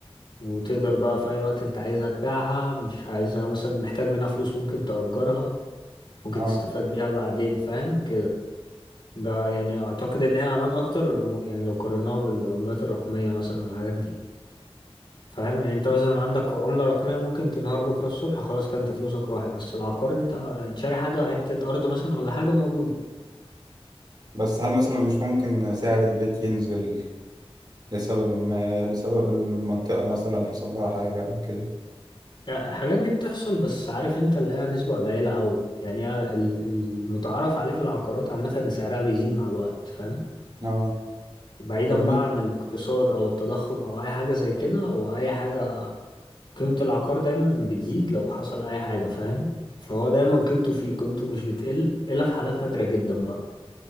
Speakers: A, on the left (about 50°); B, on the right (about 45°).
A: وتقدر بقى في أي وقت أنت عايزها تبيعها مش عايزها مثلا محتاج منها فلوس ممكن تأجرها ممكن
B: اه
A: تستفاد بيها بعدين فاهم كده ده يعني أعتقد إن هي أمان أكتر م- يعني لو قارناها بالعملات الرقمية مثلا والحاجات دي فاهم يعني أنت مثلا عندك عملة رقمية ممكن تنهار بكرة الصبح خلاص كده أنت فلوسك راحت بس العقار أنت أنت شاري حاجة حتة أرض مثلا ولا حاجة موجودة
B: بس هل مثلا مش ممكن سعر البيت ينزل لسبب ما لسبب المنطقة مثلا حصل لها حاجة أو كده
A: يعني الحاجات دي بتحصل بس عارف أنت اللي هي نسبة قليلة أوي يعني هي ال- المتعارف عليه في العقارات عامة إن سعرها بيزيد مع الوقت فاهم
B: اه
A: بعيدا
B: طب م...
A: بقى عن الاقتصاد او التضخم او اي حاجة زي كده واي حاجة قيمة العقار دايما بتزيد لو حصل اي حاجة فاهم فهو دايما قيمته فيه قيمته مش بتقل الا في حالات نادرة جدا بقى